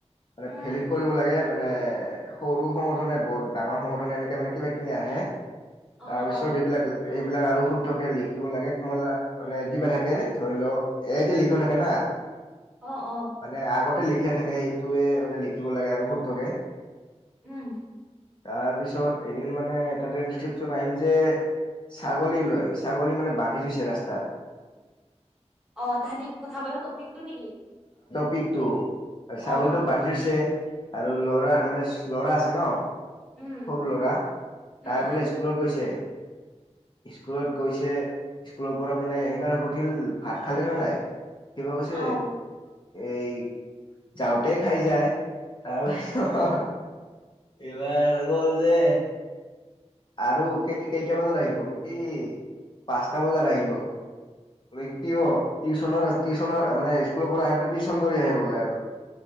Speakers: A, on the left (about 40°); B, in the centre.
A: মানে
B: উম
A: ফেলিত কৰিব লাগে মানে সৰু সংগঠনে ব ডাঙৰ সংগঠনে এনেকে মানে কিবা খনি আহে
B: অ
A: তাৰপিছত
B: অ
A: এইবিলাক <unintelligible> এইবিলাক আৰু শুদ্ধকে লিখিব লাগে কোমালাত মানে কিবা থাক এ ধৰি লও এ এতিয়া লিখিও থাকে না
B: অ অ
A: মানে আগতে লিখ লিখা থাকে এই টোৱে মানে লিখিব লাগে আৰু শুদ্ধকে।
B: উম।
A: তাৰপিছত এদিন মানে এটা টেনডিস্কচিপচন আহিল যে ছাগলী লৈ ছাগলী মানে বান্ধি থৈছে ৰাস্তাত।
B: অ তাহাতি কথা বতা টপিকটো নেকি?
A: পিকতো।
B: অ
A: ছাগলীটো বান্ধি থৈছে আৰু ল'ৰা মানে ল'ৰা আছে ন!
B: উম
A: সৰু ল'ৰা
B: উম
A: তাই
B: উম
A: বোলে স্কুলত গৈছে! স্কুলত গৈছে স্কুলৰ পৰা মানে সিবাৰ সুধিল ভাত খালি নে নাই? কিবা কৈছে
B: অ
A: এই যাওঁতে খাই যায় তাৰছত এইবাৰ গল যে আৰু কেই - কেইটা বজাত আহিব কি পাঁচটা বজাত আহিব। মানে কি অ' টিউচনৰ- টিউচনৰ মানে স্কুলৰ পৰা আহঁতে টিউশন কৰি আহে বোলে আৰু